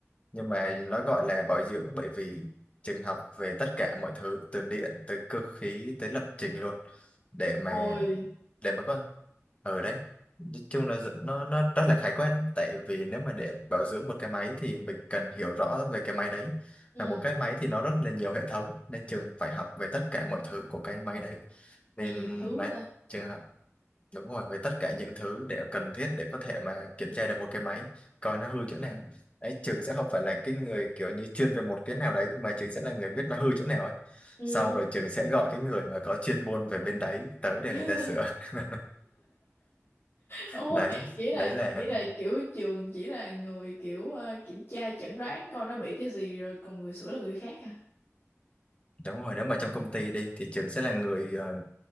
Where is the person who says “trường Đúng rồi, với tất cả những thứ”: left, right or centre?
Left